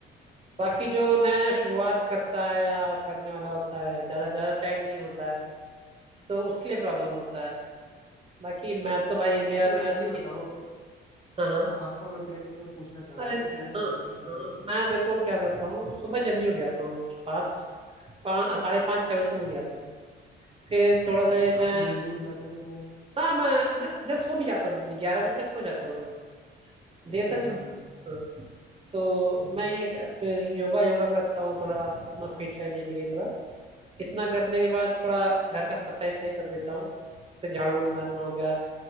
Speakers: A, on the right (about 30°); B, on the left (about 20°).
A: बाकी जो नया नया शुरुआत करता है या करने वाला होता है ज्यादा ज्यादा टाइम नहीं होता है तो उसके लिए प्रॉब्लम होता है बाकी मैं तो भाई
B: अच्छा
A: मेरा
B: यार
A: मेरा तो
B: ये बताओ
A: ये- हाँ हाँ
B: हाँ आपका वर्क लाइफ भी मैं पूछना चाह रहा
A: अरे
B: था बताइए
A: हाँ
B: आप वर्क लाइफ बताइए
A: हाँ
B: अपना
A: मैं देखो क्या करता हूँ सुबह जल्दी उठ जाता हूँ पाँच पाँच साढ़े पाँच छः बजे तक उठ जाता हूँ फिर थोड़ा देर
B: अच्छा काफी
A: मैं
B: जल्दी उठ जाते हो यार
A: हाँ मैं मैं इधर सो भी जाता हूँ जल्दी ग्यारह बजे तक सो जाता हूँ मैं
B: अच्छा
A: देर तक नहीं
B: हाँ
A: सोता।
B: हाँ
A: हाँ तो
B: हाँ
A: मैं ये फिर योगा योगा करता हूँ थोड़ा अपना फिट रहने के लिए थोड़ा इतना करने के बाद थोड़ा घर का सफाई सफाई कर देता हूँ से झाड़ उड़ मारना हो गया